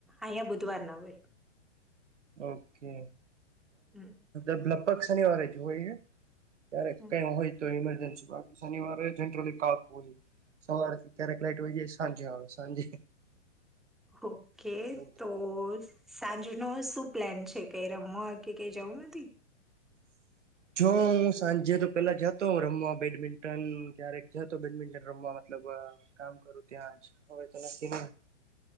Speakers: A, in the centre; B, on the right.
A: અયા બુધવારના હોય
B: ઓકે
A: હમ,
B: લગભગ શનિવારે જ હોય છે. ત્યારે કઈ
A: હમ.
B: હોય તો ઇમરજન્સી બાકી શનિવારે જનરલી કાપ હોય. સવારેથી ક્યારેક લઇટ હોય જાય સાંજે આવે સાંજે.
A: ઓકે
B: એવું થાય
A: તો સાંજનુ શું પ્લાન છે કઈ રમવા કે. કે જવું નથી.
B: <inaudible> જો સાંજે તો પેલા જતો રમવા બેડમિન્ટન ક્યારેક જતો બેડમિન્ટન રમવા મતલબ. મતલબ કામ કરું ત્યાં જ હવે તો નક્કી નઈ.